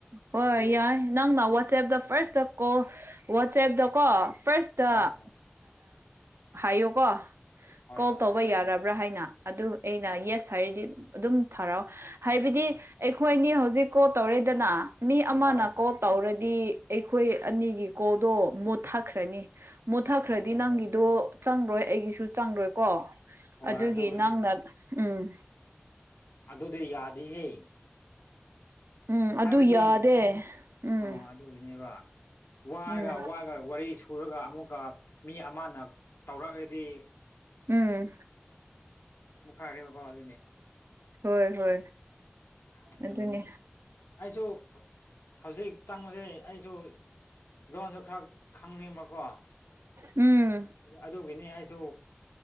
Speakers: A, on the right; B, on the left.
A: ꯍꯣꯏ
B: ꯑꯗꯨ
A: ꯌꯥꯏ ꯅꯪꯅ ꯋꯥꯆꯦꯞꯇ ꯐꯥꯔꯁꯇ ꯀꯣ ꯋꯥꯆꯦꯞꯇ ꯀꯣ ꯐꯥꯔꯁꯇ
B: ꯍꯣꯏ
A: ꯍꯥꯏꯌꯣ ꯀꯣ
B: ꯍꯣꯏ
A: ꯀꯣꯜ
B: ꯍꯣꯏ
A: ꯇꯧꯕ ꯌꯥꯔꯕ꯭ꯔꯥ ꯍꯥꯏꯅ ꯑꯗꯨ ꯑꯩꯅ ꯌꯦꯁ ꯍꯥꯏꯔꯗꯤ ꯑꯗꯨꯝ ꯊꯔꯥꯎꯑꯣ ꯍꯥꯏꯕꯗꯤ
B: ꯍꯣꯏ
A: ꯑꯩꯈꯣꯏꯅꯤ ꯍꯧꯖꯤꯛ ꯀꯣꯜ ꯇꯧꯔꯦꯗꯅ ꯃꯤ ꯑꯃꯅ
B: ꯍꯣꯏ
A: ꯀꯣꯜ ꯇꯧꯔ ꯗꯤ ꯑꯩꯈꯣꯏ ꯑꯅꯤꯒꯤ ꯀꯣꯗꯣ ꯃꯣꯠꯊꯥꯈ꯭ꯔꯅꯤ ꯃꯨꯠꯊꯈ꯭ꯔꯗꯤ
B: ꯑꯣ
A: ꯅꯪꯒꯤꯗꯣ ꯆꯪꯔꯣꯏ ꯑꯩꯒꯤꯁꯨ ꯆꯪꯪꯂꯣꯏꯀꯣ
B: ꯍꯣꯏ
A: ꯑꯗꯨꯒꯤ
B: ꯑꯗꯨꯗꯤ
A: ꯅꯪꯅ ꯎꯝ
B: ꯑꯗꯨꯗꯤ ꯌꯥꯗꯤꯍꯦ
A: ꯎꯝ
B: ꯍꯥꯏꯕꯗꯤ
A: ꯑꯗꯨ ꯌꯥꯗꯦ ꯎꯝ
B: ꯑꯣ ꯑꯗꯨꯒꯤꯅꯦꯕ ꯋꯥꯒ
A: ꯎꯝ
B: ꯋꯥꯒ ꯋꯥꯔꯤ ꯁꯨꯔꯒ ꯑꯃꯨꯛ ꯃꯤ ꯑꯃꯅ ꯇꯧꯔꯛꯑꯒꯗꯤ
A: ꯎꯝ
B: ꯃꯨꯎꯛ ꯈꯥꯏꯔꯦꯕꯀꯣ ꯑꯗꯨꯅꯦ
A: ꯍꯣꯏ ꯍꯣꯏ
B: ꯑꯗꯨꯒꯤꯅꯤ
A: ꯑꯗꯨꯅꯤ
B: ꯑꯩꯁꯨ ꯍꯧꯖꯤꯛ ꯆꯪꯕꯁꯦ ꯑꯩꯁꯨ ꯂꯣꯟꯁꯨ ꯈꯔ ꯈꯪꯅꯤꯡꯕꯀꯣ
A: ꯎꯝ
B: ꯑꯗꯨꯒꯤꯅꯤ ꯑꯩꯁꯨ